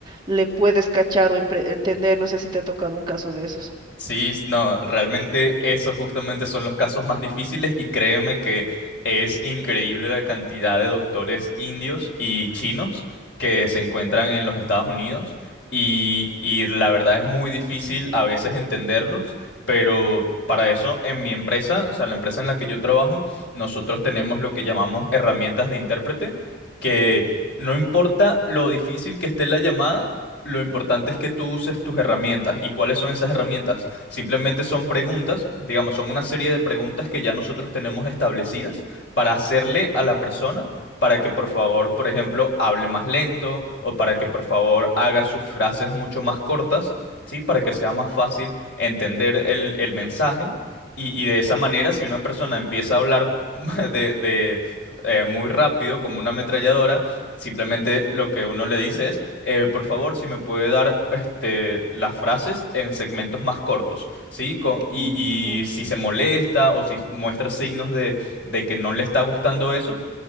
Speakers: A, on the right; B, on the left.
A: Le puedes cachar o empre- entender, no sé si te ha tocado un caso de esos.
B: Sí, no, realmente esos justamente son los casos más difíciles y créeme que es increíble la cantidad de doctores indios y chinos que se encuentran en los Estados Unidos y, y la verdad es muy difícil a veces entenderlos, pero para eso en mi empresa, o sea, la empresa en la que yo trabajo, nosotros tenemos lo que llamamos herramientas de intérprete, que no importa lo difícil que esté la llamada, lo importante es que tú uses tus herramientas. ¿Y cuáles son esas herramientas? Simplemente son preguntas, digamos, son una serie de preguntas que ya nosotros tenemos establecidas para hacerle a la persona para que por favor, por ejemplo, hable más lento o para que por favor haga sus frases mucho más cortas, ¿sí? Para que sea más fácil entender el, el mensaje. Y, y de esa manera, si una persona empieza a hablar <laughs> de, de, eh, muy rápido, como una ametralladora, simplemente lo que uno le dice es... Eh, por favor, si me puede dar este, las frases en segmentos más cortos, ¿sí? Co- y,
A: Mm.
B: y si se molesta o si muestra signos de, de que no le está gustando eso,